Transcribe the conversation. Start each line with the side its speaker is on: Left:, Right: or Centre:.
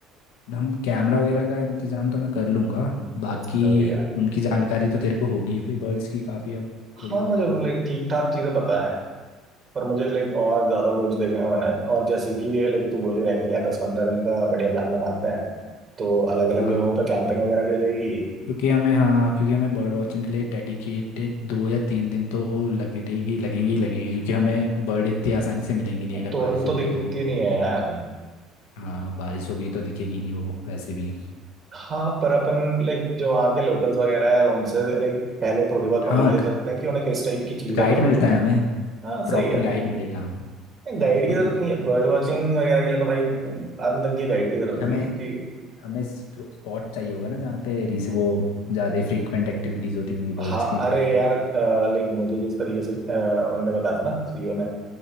Left: हम कैमरा वगैरह का इंतजाम तो मैं कर लूँगा बाकी
Right: तो यार
Left: उनकी जानकारी तो तेरे को होगी फिर बर्ड्स की काफ़ी अब
Right: हाँ
Left: थोड़ी बहुत
Right: मुझे लाइक ठीक ठाक चीजें बताया पर मुझे लाइक और ज्यादा वर्ड्स देखने का मन है और जैसे कि ये लाइक तू बोल ही रही थी यार दस पंद्रह दिन का बढ़िया प्लान बनाते हैं तो अलग अलग
Left: हाँ
Right: जगहों पर कैंपिंग वगैरह भी हो जाएगी
Left: क्योंकि हमें हाँ क्योंकि हमें बर्ड वॉचिंग के लिए डेडिकेटेड दो या तीन दिन तो लगेगी लगेंगे ही लगेंगे क्योंकि हमें बर्ड इतनी आसानी से मिलेंगी नहीं अगर
Right: तुरंत
Left: बारिश होगी
Right: तो दिखती
Left: तो
Right: नहीं है यार
Left: हाँ बारिश होगी तो दिखेगी नहीं वो वैसे भी
Right: हाँ पर अपन लाइक जो वहाँ के लोकल्स वगैरह है उनसे लाइक पहले थोड़ी बहुत नॉलेज
Left: हाँ
Right: ले सकते हैं कि उन्हें किस टाइप की चीज़ें
Left: गाइड
Right: पसंद
Left: मिलता
Right: होती
Left: है हमें
Right: हाँ सही
Left: प्रॉपर
Right: है
Left: गाइड मिलेगा हमें
Right: गाइड
Left: तो उसमें
Right: की जरूरत
Left: कोई दिक्कत
Right: नहीं है बर्ड वॉचिंग वगैरह के लिए तो भाई अंत के गाइड की जरूरत
Left: नहीं
Right: होगी
Left: हमें
Right: क्योंकि
Left: हमें स्पॉट चाहिए होगा ना जहाँ पे रीस वो ज़्यादा ही फ्रीक्वेंट एक्टिविटीज होती होंगी बर्ड्स
Right: हाँ
Left: की
Right: अरे यार लाइक मुझे जिस तरीके से अ, उनने बताया था ना सीईओ